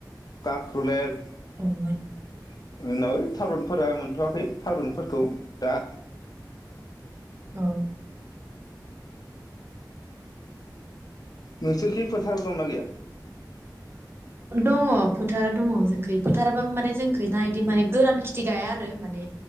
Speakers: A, on the left; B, on the right.
A: काखरुलेर
B: <inaudible>
A: उनाव थारुनफोरा मोनथ'वाखै थारुनफोरखौ दा
B: औ
A: नोंसोरनिखि फोथाराव दंना गैया?
B: दङ फोथार दङ जोंखै फोथाराबो माने जोंखै ना इदि माने गोरान खेथि गायया आरो माने